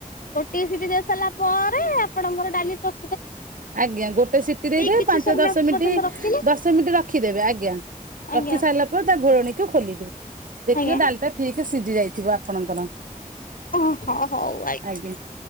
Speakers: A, on the left; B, on the right.
A: ଗୋଟିଏ ସିଟି ଦେଇ ସାରିଲା ପରେ ଆପଣଙ୍କର ଡାଲି ପ୍ର
B: ଆଜ୍ଞା ଗୋଟେ ସିଟି ଦେଇଦବେ
A: କିଛି
B: ପାଞ୍ଚ
A: ସମୟ
B: ଦଶ ମିନିଟ୍
A: ପର୍ଯ୍ୟନ୍ତ ରଖିଲେ
B: ଦଶ ମିନିଟ ରଖିଦେବେ। ଆଜ୍ଞା
A: ଆଜ୍ଞା
B: ରଖି ସାଇଲା ପରେ ତା ଘୋଡଣୀକୁ ଖୋଲିବେ ଦେଖିବ
A: ଆଜ୍ଞା।
B: ଡାଲି ଟା ଠିକ ସିଝି ଯାଇଥିବ ଆପଣଙ୍କର।
A: ଅ ହଁ ହଉ ଆ
B: ଆଜ୍ଞା